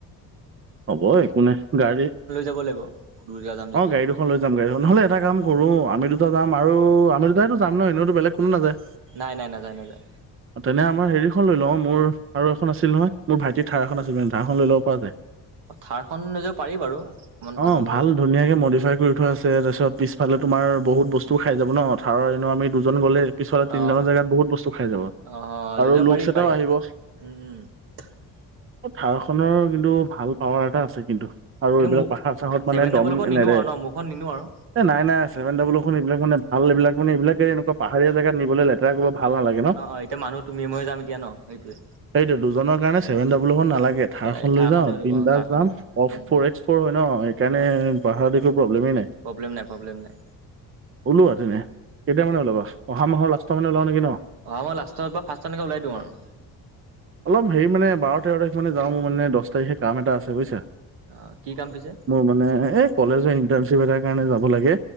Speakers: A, on the right; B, on the right.
A: হ'ব একো নাই গাড়ী
B: যাব লাগিব দূৰ জেগা যাম যেতিয়া
A: অ গাড়ী দুখন লৈ যাম গাড়ীখন নহ'লে এটা কাম সৰুো আমি দুো যাম আৰু আমি দুটাইতোাম ন এনেওো বেলেগ কোনো নাযায়
B: নাই নাই নাযায় নাযায়
A: তেনে আমাৰ হেৰিখন লৈ লও মোৰ আৰু এখন আছিল নহয় মোৰ ভাইটিৰ ধাৰ এখন আছিল মানে ধাৰা এখন লৈ ল'ব পৰা যায়
B: থাৰখন লৈ যাব পাৰি বাৰু অকমান ভালো
A: অঁ
B: হ'ব
A: ভাল ধুনীয়াকে মডিফাই কৰি থোৱা আছে তাৰপিছত পিছ -ফালে তোমাৰ বহুত বস্তু খাই যাব ন থাৰৰ এনেও আমি দুজন গ'লে পিছলে
B: অ
A: তিনি <unintelligible> জেগাত বহুত বস্তু খাই যাব
B: অ লৈ
A: আৰু
B: যাব
A: লুকচ
B: পাৰি
A: এটাও
B: পাৰি
A: আহিব
B: উম <inaudible>
A: থাৰখনৰ কিন্তু ভাল পাৱাৰ এটা আছে কিন্তু আৰু
B: কিন্তু
A: এইবিলাক
B: মোক
A: পাহাৰ চাহাৰত
B: ছেভেন
A: মানে
B: ডাবল
A: দম
B: খন নিনো
A: নেৰে
B: আৰু ন মোৰখন নিনো আৰু
A: এ নাই নাই ছেভেন ডাব্লু এইবিলাক মানে ভাল এইবিলাকা মানে এইবিলাক এনেকুৱা পাহাৰীয়া জেগাত নিবলৈ লেতেৰা কৰিব ভাল নালাগে ন
B: অ অ এতিয়া মানুহ তুমি ময়ে যাম এতিয়া ন সেইটোৱে
A: সেইটোৱে দুজনৰ কাৰণে ছেভেন <unintelligible> নালাগে, থাৰ
B: নালাগে
A: খন
B: থাৰখনে
A: লৈ যাওঁ?
B: উলিয়াব অ
A: এ
B: থাৰখনে
A: যাম
B: উলিয়াব
A: অ
B: উম
A: ফ'ৰ
B: উম।
A: এক্স ফ'ৰ হয় ন সেইকাৰণে
B: অ
A: পাহাৰত একো প্ৰব্লেম নাই
B: প্ৰব্লেম নাই প্ৰব্লেম নাই
A: ওলোৱা তেনে কেতিয়া মানে ওলাবা অহা মাহৰ লাষ্টৰ মানে ওলাও নেকি ন!
B: অহা মই লাষ্টত বা ফাৰ্ষ্ট এনেকে ওলাই দিওঁ আৰু
A: অলপ হেৰি মানে বাৰ তেৰ তাৰিখ <unintelligible> যাও, মোৰ মানে দশ তাৰিখে কাম এটা আছে বুজিছা?
B: অ কি কাম পিছে
A: মোৰ মানে এই কলেজৰ ইণ্টাৰণশ্বিপ এটাৰ কাৰণে যাব লাগে।